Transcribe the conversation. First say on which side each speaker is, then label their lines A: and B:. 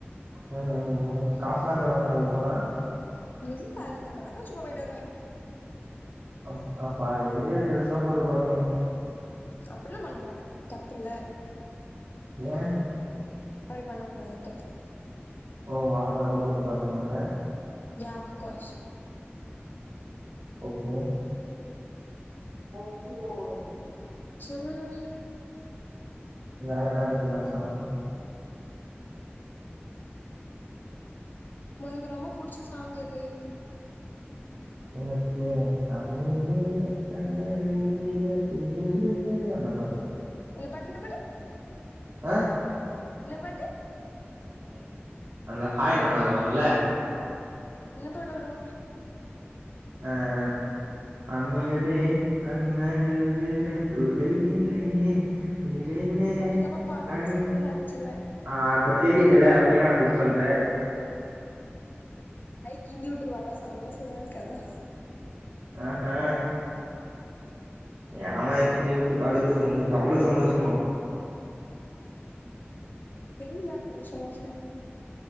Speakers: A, on the right; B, on the left.
A: ம் ம் ம் காஸ்லா தருவாங்ளா இதுக்கு போனா
B: வீட்ல யாரு தரமாடாங்க சும்மா போயிட்டு வருவ
A: அப் அப்பா எங்கது ட்ரெஸ் எல்லா போட்டு பாப்பீங்க
B: அப்டியெல்லாம் பண்ண மாட்ட தப்புல்ல
A: ஏ
B: அப்டி பண்ண கூடாது தப்பு
A: ஓ வாங்குனாதா போட்டு பாக்கனு இல்ல
B: யா அஃப் கோர்ஸ்
A: ஓக்கே அவ வந்துகிறா போல் இருக்கு
B: சொன்னாஸ்
A: வேற என்ன பத்தி பேசுலா
B: உனக்கு ரொம்ப புடுச்ச சாங்க எது <inaudible>
A: எனக்கு அமுதே கண்ணழுதிட துணை இல்லையே அந்த பாட்டு
B: என்ன பாட்டுன்டு பாடு
A: ஆ
B: இன்ன பாட்டு
A: ம் அந்த ஹாய் நானால வருல்ல
B: இன்ன பாட்டொரு
A: அ -அ- அமுதே கண்ணழுதிட துளையில்லையே இனிமேல்
B: தப்பு தப்பா பாடுனா
A: கண்
B: உன்ன செங்கலா அடிச்சிருவே
A: ஆ அப்ப தெரிதுல்லா ப்ப ஏ அப்பிடி சொல்ற
B: கிங்குட்டு வாபா சந்தோஷமா இருக்ககாதா
A: ஆஹா ஏ வாய்க்கிண்டிவுட்டு பாக்குத்துக்கு உனக்கு அவ்ளோ சந்தோஷமோ
B: தெரியல கொஞ்சோ சோஷ